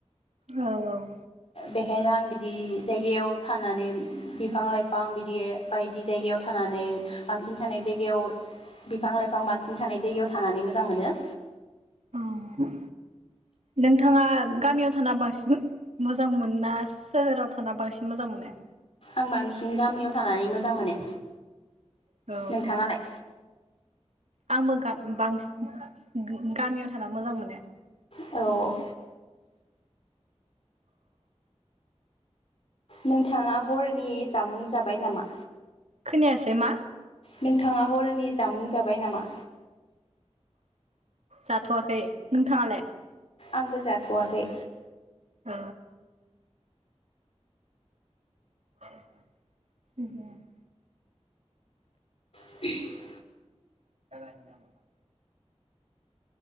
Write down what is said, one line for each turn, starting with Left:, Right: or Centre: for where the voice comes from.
Right: औ औ
Left: बेखायनो आं बिदि जायगायाव थनानै बिफां लाइफां बिदि बायदि जायगायाव थानानै बांसिन थानाय जायगायाव बिफां लाइफां बांसिन थानाय जायगायाव थानानै मोजां मोनो
Right: औ नोंथाङा गामियाव थाना बांसिन मोजां मोना सोहोराव थाना बांसिन मोजां मोनो?
Left: आं बांसिन गामियाव थानानै मोजां मोनो।
Right: औ।
Left: नोंथाङालाय
Right: आंबो गाब बांसिन गामियाव थाना मोजां मोनो।
Left: औ। नोंथाङा हरनि जामुं जाबाय नामा?
Right: खोनायासै मा
Left: नोंथाङा हरनि जामुं जाबाय नामा?
Right: जाथ'वाखै नोंथाङालाय?
Left: आंबो जाथ'वाखै।
Right: औ। <inaudible>
Left: <inaudible>
Right: <unintelligible>